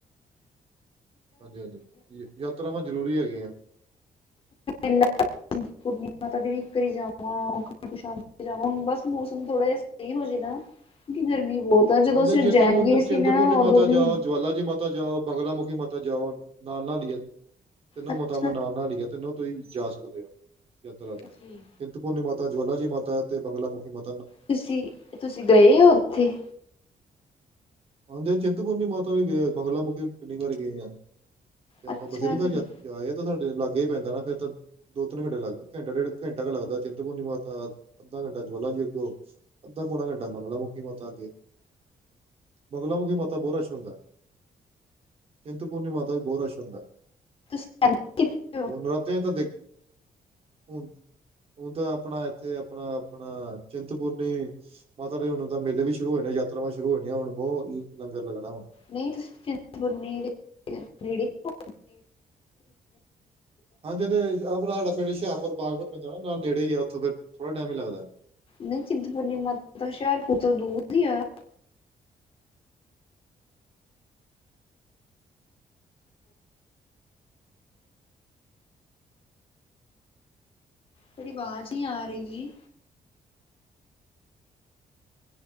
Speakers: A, on the right; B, on the left.
A: ਹਾਂਜੀ ਹਾਂਜੀ ਯਾਤਰਾਵਾਂ ਜ਼ਰੂਰੀ ਹੈਗ ਆ <unintelligible>
B: ਪੂਰਨੀਮੀ ਮਾਤਾ ਦੇ ਵੀ <unintelligible> ਕਰ ਜਾਵਾਂ ਖਣ ਪਛ ਜਾਵੁਣ ਬਸ ਮੌਸਮ ਥੋੜਾ ਜਹਾ ਸਹੀ ਹੋ ਜਾੇ ਨਾ ਕਿਕਿ ਗਰਮੀ <unintelligible>
A: ਹਾਂਜੀ
B: ਅਸੀਂ
A: ਚਿੰਤਪੂਰਨੀ
B: ਉਜੈਨ ਗਏ ਸੀ
A: ਚਿੰਤਪੂਰਨੀ
B: ਨਾ ਉਦੋਂ
A: ਮਾਤਾ
B: ਵੀ
A: ਜਾਓ ਜਵਾਲਾ ਜੀ ਮਾਤਾ ਜਾਓ ਬੰਗਲਾਮੁਖੀ ਮਾਤਾ ਜਾਓ ਨਾਲ ਨਾਲ ਹੀ ਆ ਤਿੰਨੋ
B: ਅੱਛਾ
A: ਮਾਤਾਵਾਂ ਨਾਲ ਨਾਲ ਹੀ ਆ ਤਿੰਨੋ ਤੁਸੀ ਹੀਂ ਜਾ ਸਕਦੇ ਹੋ ਯਾਤਰਾ ਤੇ
B: ਜੀ
A: ਚਿੰਤਪੂਰੁਰਨੀ ਮਾਤਾ ਜਵਾਲਾ ਜੀ ਮਾਤਾ ਤੇ ਬੰਗਲਾ ਮੁਖੀ ਮਾ
B: ਤੁਸੀਂ ਤੁਸੀਂ ਗਏ ਹੋ ਉੱਥੇ।
A: ਹਾਂਜੀ, ਚਿੰਤਪੁਰਨੀ ਮਾਤਾ ਵੀ ਗਏ ਬੰਗਲਾ ਮੁਖੀ ਕਿੰਨੀ ਵਾਰੀ ਗਏ ਆ। ਤੇ ਆਪਾਂ
B: ਅੱਛਾ
A: ਬਥੇਰੀ ਜਾਏ
B: ਜੀ
A: ਤਾਂ ਸਾਡੇ। ਲਾਗੇ ਹੀ ਪੈਂਦਾ ਨਾ ਫ਼ਿਰ ਦੋ ਤਿੰਨ ਘੰਟੇ ਲੱਗ ਘੰਟਾ ਡੇਢ ਘੰਟਾ ਲੱਗਦਾ ਚਿੰਤਪੁਰਨੀ ਮਾਤਾ ਅੱਧਾ ਘੰਟਾ। ਜਵਾਲਾ ਜੀ ਅੱਗੋ ਅੱਧਾ ਪੌਣਾ ਘੰਟਾ ਬੰਗਲਾ ਮੁਖੀ ਮਾਤਾ ਤੇ। ਬੰਗਲਾਮੁਖੀ ਮਾਤਾ ਬਹੁਤ ਰਸ਼ ਹੁੰਦਾ। ਚਿੰਤਪੁਰਨੀ ਮਾਤਾ ਵੀ ਬਹੁਤ ਰਸ਼ ਹੁੰਦਾ
B: ਤੁਸੀਂ ਕਿੱਥੇ ਹੋ
A: ਉਹ ਨਰਾਤਿਆਂ ਚ ਤਾਂ। ਹੁਣ। ਉਹ ਤਾਂ ਆਪਣਾ ਇੱਥੇ ਆਪਣਾ ਆਪਣਾ ਚਿੰਤਪੂਰਨੀ ਮਾਤਾ ਦੇ ਹੁਣ ਤਾਂ ਮੇਲੇ ਵੀ। ਸ਼ੁਰੂ ਹੋਏ ਨੇ ਯਾਤਰਾਵਾਂ ਸ਼ੁਰੂ ਹੋਈਆਂ ਹੁਣ ਬਹੁਤ ਲੰਗਰ ਲੱਗਣਾ ਹੁਣ।
B: ਨਹੀਂ ਤੁਸੀਂ ਚਿੰਤਪੂਰਨੀ ਨੇੜੇ ਹੋ?
A: ਹਾਂਜੀ ਹਾਂਜੀ, ਸਾਡਾ ਪਿੰਡ <unintelligible> ਪੈਂਦਾ ਨਾ ਨੇੜੇ ਈ ਉੱਥੇ ਫੇਰ ਥੋੜਾ ਟਾਇਮ ਹੀ ਲੱਗਦਾ।
B: ਨਹੀਂ ਚਿੰਤਪੁਰਨੀ ਮਾਤਾ ਤਾਂ ਹੁਸ਼ਿਆਰਪੁਰ ਤੋਂ ਦੂਰ ਈ ਆ? ਤੁਹਾਡੀ ਆਵਾਜ਼ ਨਹੀਂ ਆ ਰਹੀ ਜੀ।